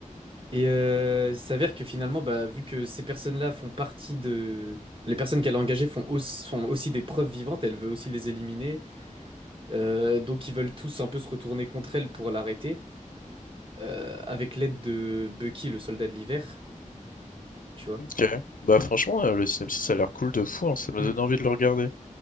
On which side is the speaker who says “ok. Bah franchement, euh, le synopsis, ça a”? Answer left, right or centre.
Left